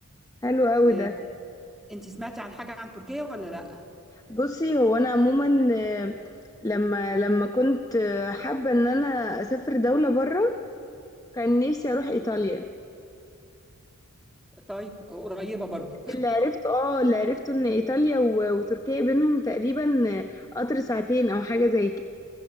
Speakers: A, on the left; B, in the centre.
A: حلو قوي
B: آه،
A: ده
B: انت سمعتي عن حاجة عن تركيا ولا لا
A: بصي هو انا عموما آه، لما لما كنت آه، حابة ان انا اسافر دولة بره كان نفسي اروح ايطاليا
B: طيب آه، قريبة برضو
A: اللي عرفته اه اللي عرفته ان ايطاليا و- وتركيا بينهم تقريبا آه، قطر ساعتين او حاجة زي